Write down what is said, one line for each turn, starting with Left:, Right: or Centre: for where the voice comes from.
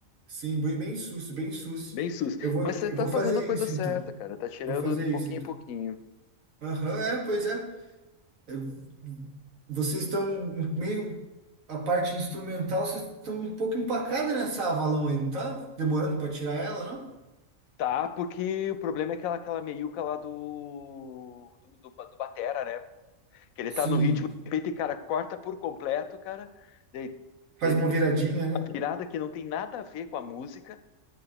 Right: Sim, bem, bem susto, bem susto.
Left: Bem sus.
Right: Eu vou,
Left: Mas
Right: eu
Left: você tá
Right: vou
Left: fazendo
Right: fazer
Left: a coisa
Right: isso
Left: certa,
Right: então.
Left: cara. Tá tirando
Right: Vou fazer
Left: de pouquinho
Right: isso então.
Left: em pouquinho.
Right: Aham, é, pois é. Eu- vocês estão um, meio. A parte instrumental, vocês estão um pouco empacados nessa Avalon aí, não tá? Demorando para tirar ela, não?
Left: Tá, porque o problema é aquela, aquela meiuca lá do, do, do, do Batera, né? Que ele
Right: Sim.
Left: tá no ritmo, de repente, cara, corta por completo, cara. Ele,
Right: Faz
Left: ele
Right: uma
Left: tem
Right: viradinha,
Left: uma
Right: né?
Left: virada que não tem nada a ver com a música,